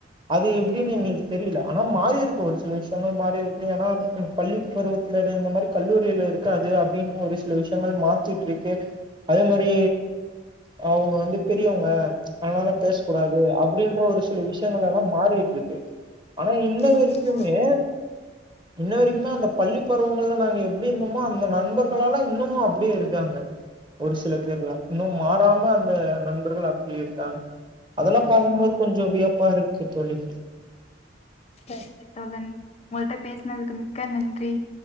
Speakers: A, on the right (about 25°); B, on the left (about 30°).
A: அது எப்டின்னு எங்களுக்கு தெரியல ஆனா மாறி இருக்கு ஒரு சில விஷயங்கள் மாறி இருக்கு ஏன்னா பள்ளி பருவத்துல இருந்த மாரி கல்லூரியில இருக்காது அப்டின்னு ஒரு சில விஷயங்கள் மாத்திட்டு இருக்கு அதே மாரி அவுங்க வந்து பெரியவங்க அதனால பேச கூடாது அப்டின்ற ஒரு சில விஷயங்கள் எல்லா மாறிட்டு இருக்கு ஆனா இன்ன
B: ஆமா
A: வரைக்குமே இன்ன வரைக்குமே அந்த பள்ளி பருவங்கள்ல நாங்க எப்டி இருந்தோமோ அந்த நண்பர் மக்களாலா இன்னமு அப்படியே இருக்காங்க ஒரு சில பேர்லா இன்னும் மாறாம அந்த நண்பர்கள் அப்டியே இருக்காங்க அதெல்லா
B: ஆமா
A: பாக்கும்போது கொஞ்சோ வியப்பா இருக்கு தோழி
B: சரிங்க தோழன் உங்கள்கிட்ட பேசுனதுக்கு மிக்க நன்றி